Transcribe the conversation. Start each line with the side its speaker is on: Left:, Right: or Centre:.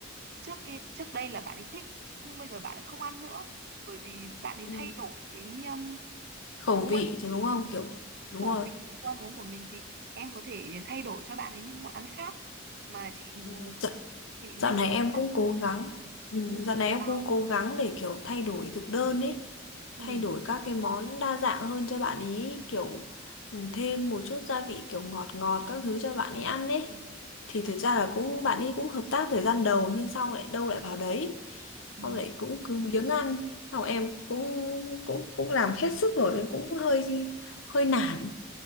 Right: trước kia trước đây là bạn ấy thích nhưng bây giờ bạn ấy không ăn nữa bởi vì bạn ấy
Left: ừ,
Right: thay đổi cái um,
Left: khẩu
Right: phú
Left: vị
Right: ăn uống
Left: thì đúng không kiểu
Right: cái
Left: đúng
Right: khẩu
Left: rồi
Right: vị cái gu ăn uống của mình thì em có thể thay đổi cho bạn ấy những món ăn khác mà chị
Left: ừ, dạo,
Right: chị, chị lưu
Left: dạo này
Right: ý
Left: em
Right: là,
Left: cũng cố gắng ừ,
Right: ừ,
Left: dạo này em
Right: vào
Left: cũng cố gắng để kiểu thay đổi thực đơn ấy
Right: ừ,
Left: thay đổi các cái món đa dạng hơn cho bạn ý kiểu ừ, thêm một chút gia vị kiểu ngọt ngọt các thứ cho bạn ấy ăn ấy
Right: ừ.
Left: thì thực ra là cũng bạn ấy cũng hợp tác thời gian đầu nhưng sau lại đâu lại vào đấy
Right: ừ.
Left: xong lại cũng cứ biếng ăn sau em cũng cũng cũng làm hết sức rồi cũng hơi hơi nản